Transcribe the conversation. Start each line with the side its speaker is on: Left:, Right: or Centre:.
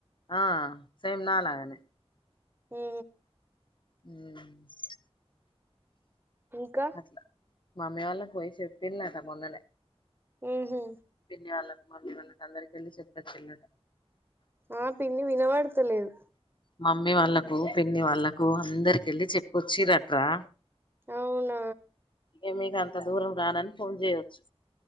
Left: ఆ సేమ్ నాలాగానే
Right: ఉ
Left: ఉమ్
Right: ఇంకా
Left: అట్లా మామ్మీ వాళ్ళకి పోయి చెప్పిల్లట మొన్ననే
Right: ఉహుమ్
Left: పిన్ని వాళ్ళకి మమ్మీ వాళ్ళకి అందరికి వెళ్ళి చెప్పొచ్చిల్లుట
Right: ఆ పిన్ని వినవడుతలేదు
Left: మమ్మీ వాళ్ళకు పిన్ని వాళ్ళకు అందరికెళ్ళి చెప్పొచ్చిరట్రా
Right: అవునా
Left: ఇగ మీకు అంత దూరం రానని ఫోన్ చేయొచ్చు